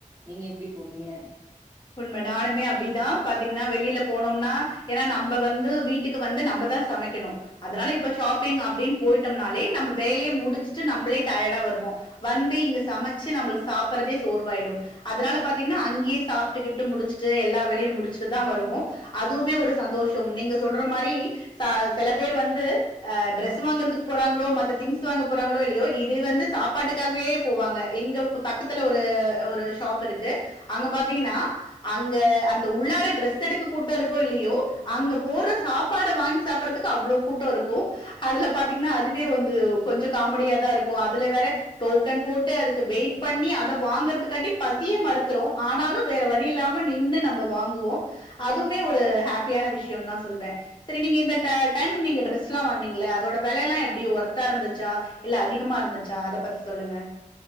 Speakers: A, on the right; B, on the left.
A: நீங்க எப்டி போவீங்க <inaudible>
B: உண்ம நானுமே அப்டிதா பாத்தீங்ன்னா வெளில போனோம்னா ஏன்னா நம்ப வந்து வீட்டுக்கு வந்து நம்பதா சமைக்கணு அதனால இப்ப ஷாப்பிங் அப்டின் போயிட்டம்னாலே நம்ப வேலைய முடிச்சுட்டு நம்ப்ளே டயடா வருவோ வந்து இங்க சமச்சு நம்பளுக்கு சாப்பறதே சோர்வாயிடு அதனால பாத்தீங்ன்னா அங்கயே சாப்ட்டு கீப்ட்டு முடிச்சுட்டு எல்லா வேலையு முடிச்சுட்டு தா வருவோ அதுவ்மே ஒரு சந்தோஷொம் நீங்க சொல்ற மாரி ச செல பேர் வந்து அ ட்ரஸ் வாங்கறதுக்கு போறாங்ளோ மத்த திங்ஸ் வாங்க போறாங்ளோ இல்லயோ இது வந்து சாப்பாட்டுக்காகவே போவாங்க எங்க கு பக்கத்துல ஒரு ஒரு ஷாப் இருக்கு அங்க பாத்தீங்கன்னா அங்க அந்த உள்ளார ட்ரெஸ் எடுக்க கூட்டருக்கோ இல்லயோ அங்க போட்ற சாப்பாட வாங்கி சாப்பறதுக்கு அவ்ளோ கூட்டொ இருக்கூ அதுல பாத்தீங்ன்னா அதுவே வந்து கொஞ்ச காமெடியாதா இருக்கூ அதுல வேற டோக்கன் போட்டு அதுக்கு வெயிட் பண்ணி அத வாங்கறதுக்காட்டி பசியே மறுத்துரு ஆனாலு வேற வழி இல்லாம நின்னு நம்ப வாங்குவோ அதுமே ஒரு ஹேப்பியான விஷயோந்தா சொல்வே செரி நீங்க இந்த ட டைம் நீங்க ட்ரெஸ்ல்லா வாங்கனீங்ள அதோட வெலையெல்லா எப்டி ஒர்த்தா இருந்துச்சா இல்ல அதிகமா இருந்துச்சா அத பத்தி சொல்லுங்க